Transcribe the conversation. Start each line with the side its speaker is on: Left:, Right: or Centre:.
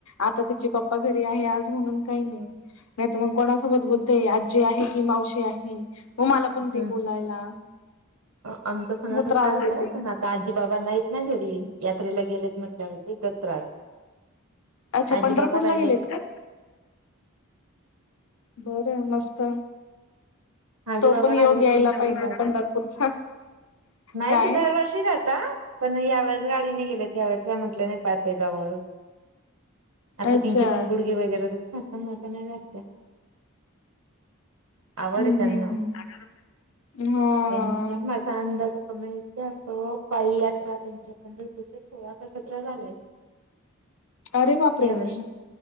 Left: आता तिची पप्पा घरी आहे आज म्हणून काही नाही. नाही तर मग कोणासोबत बोलतेय आजी आहे की मावशी आहे. मग मला पण
Right: हम्म
Left: ते बोलायला
Right: आमचं पण
Left: म
Right: असं
Left: त्रास
Right: चालतं
Left: देते.
Right: पण आता आजी बाबा नाहीत ना घरी यात्रेला गेलेत म्हटल्यावरते दत्रास
Left: अच्छा
Right: आजी
Left: पंढरपूरला
Right: बाबा राहिले
Left: गेलेत का? बरं मस्त.
Right: आजी
Left: तो
Right: बाबा
Left: पण योग
Right: राहिलेत
Left: यायला
Right: की मग सांभाळतात
Left: पाहिजे पंढरपूरचा.
Right: नाही
Left: काय
Right: ते दरवर्षी राहता पण यावेेळेस गाडीने गेले त्यावेेळेस काय म्हटलं नाही पाय पाय जावं आता
Left: अच्छा
Right: तिचे पण गुडघे वगैरे दुखतात ना मग आता नाहीत त्या आवड
Left: हम्म
Right: आहे त्यांना
Left: हम्म हम्म हा
Right: त्यांच्या माझा अंदाज कमेल अस पायी यात्रा त्यांच्या पंढरपूरच्या सोळा क सतरा झाल्याय.
Left: <inaudible> बापरे
Right: या वर्षी